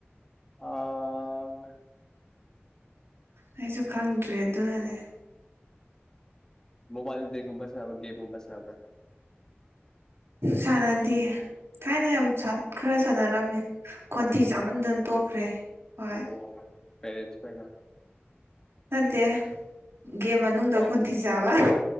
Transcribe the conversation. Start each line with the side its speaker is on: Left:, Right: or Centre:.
Left: ꯑꯣ
Right: ꯑꯩꯁꯨ ꯈꯪꯗ꯭ꯔꯦ ꯑꯗꯨꯅꯅꯦ
Left: ꯃꯣꯕꯥꯏꯜ ꯗꯒꯨꯝꯕꯁ꯭ꯔ ꯦꯦꯝꯒꯨꯝꯕꯁꯅꯕ꯭ꯔ
Right: ꯁꯔꯗꯤ ꯊꯥꯏꯅ ꯌꯥꯝ ꯈꯔ ꯁꯥꯟꯅꯔꯝꯃꯦ ꯈꯣꯟꯊꯤ ꯆꯥꯃꯟꯗꯅ ꯇꯣꯛꯈ꯭ꯔꯦ ꯍꯣꯏ
Left: ꯋꯥ ꯄꯦꯔꯦꯟꯁ ꯄꯦꯒ
Right: ꯅꯠꯇꯦ ꯒꯦꯝ ꯃꯅꯨꯡꯗ
Left: ꯑꯣ
Right: ꯈꯣꯟꯊꯤ ꯆꯥꯕ
Left: ꯑꯣ